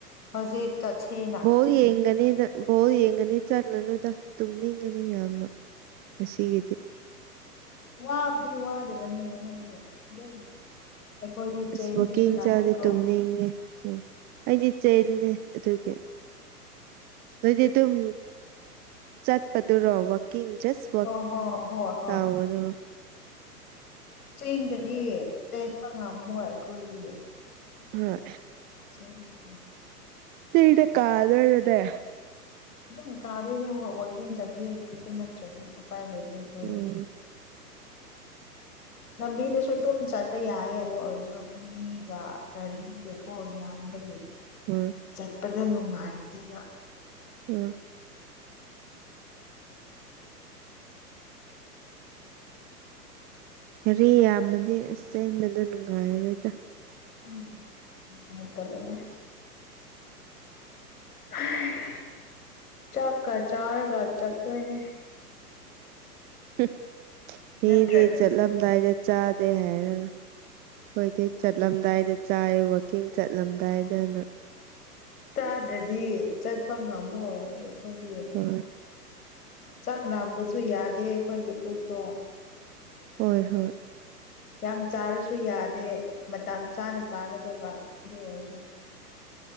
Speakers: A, on the left; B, on the right.
A: ꯍꯧꯖꯤꯛ ꯆꯠꯁ‌ꯦ
B: ꯕ‌ꯣꯜ ꯌꯦꯡꯒꯅꯤꯗ ꯕ‌ꯣꯜ ꯌꯦꯡꯒꯅꯤ ꯆꯠꯂꯨꯅꯨꯗ ꯇꯨꯝꯅꯤꯡꯒꯅꯤ ꯌꯥꯝꯅ ꯃꯁꯤꯒꯤꯗꯤ
A: ꯋꯥꯕꯗꯤ ꯋꯥꯗꯕꯅꯦ ꯍꯥꯏꯗꯤ ꯑꯗꯨꯝ ꯑꯩꯈꯣꯏꯗꯤ ꯆꯦꯟꯕꯁꯨ
B: ꯏꯁꯃꯣꯀꯤꯡ
A: ꯅꯠꯇꯦꯀꯣ
B: ꯆꯥꯗꯤ ꯇꯨꯝꯅꯤꯡꯉꯦ ꯎ ꯑꯩꯗꯤ ꯆꯂꯦ ꯑꯗꯨꯒꯤ ꯑꯗꯨꯗꯤ ꯑꯗꯨꯝ ꯆꯠꯄꯗꯨꯔꯣ ꯋꯥꯛꯀꯤꯡ ꯖꯁ ꯊꯕꯛ
A: ꯍꯣꯏ ꯍꯣꯏ ꯍꯣꯏ ꯍꯣꯏ
B: ꯇꯧꯕꯗꯨ
A: ꯆꯦꯡꯗꯗꯤ ꯆꯦꯟꯕ ꯉꯝꯃꯣꯏ ꯑꯩꯈꯣꯏꯗꯤ
B: ꯍꯣꯏ
A: ꯆꯩ ꯂꯩꯗꯤ <unintelligible>
B: ꯆꯤꯗ ꯀꯥꯗꯔꯗꯦ
A: ꯑꯗꯨꯝ ꯀꯥꯗꯣꯏꯅꯦ ꯋꯥꯀꯤꯡ <unintelligible> ꯆꯪꯗꯗꯨꯗ ꯅꯠꯇ꯭ꯔꯗꯤ ꯎꯄꯥꯏ ꯂꯩꯇꯦ ꯑꯩꯈꯣꯏ
B: ꯎꯝ
A: ꯑꯗꯨꯗꯤ <unintelligible> ꯂꯝꯕꯤꯗꯁꯨ ꯑꯗꯨꯝ ꯆꯠꯄ ꯌꯥꯏꯌꯦ ꯑꯗꯨ ꯑꯣꯏꯔꯁꯨ ꯃꯤꯒ ꯒꯥꯔꯤꯒ ꯀꯣ ꯌꯥꯝꯕꯒꯤ
B: <unintelligible>
A: ꯆꯠꯄꯗꯨ ꯅꯨꯡꯉꯥꯏꯇꯦꯕ
B: ꯎꯝ ꯒꯔꯤ ꯌꯥꯝꯃꯗꯤ ꯑꯁ ꯆꯦꯟꯕꯗꯣ ꯅꯨꯡꯉꯥꯏꯔꯔꯣꯏꯗ
A: ꯎꯝ ꯅꯨꯉꯥꯏ ꯇꯕꯅꯦ <unintelligible> ꯆꯥꯛꯀ ꯆꯥꯔꯒ ꯆꯠꯇꯣꯏꯅꯦ
B: <unintelligible> ꯃꯤꯗꯤ
A: ꯅꯠꯇ꯭ꯔꯗꯤ
B: ꯆꯠꯂꯝꯗꯥꯏꯗ ꯆꯥꯗꯦ ꯍꯥꯏꯔꯒ <unintelligible> ꯆꯠꯂꯝꯗꯥꯏꯗ ꯆꯥꯏ ꯋꯥꯛꯀꯤꯡ ꯆꯠꯂꯝꯗꯥꯏꯗꯅ
A: ꯇꯥꯗ꯭ꯔꯗꯤ ꯆꯠꯄ ꯉꯝꯃꯣꯏ ꯑꯩꯈꯣꯏꯗꯤ
B: ꯍꯣꯏ
A: ꯆꯥꯛ ꯅꯥꯝꯕꯁꯨ ꯌꯥꯗꯦ ꯑꯩꯈꯣꯏꯒꯤ ꯄꯨꯛꯇꯣ
B: ꯍꯣꯏ ꯍꯣꯏ
A: ꯌꯥꯝ ꯆꯥꯔꯁꯨ ꯌꯥꯗꯦ ꯃꯇꯝ ꯆꯥꯅ ꯆꯥꯒꯗꯕ ꯑꯗꯨ ꯑꯣꯏꯔꯁꯨ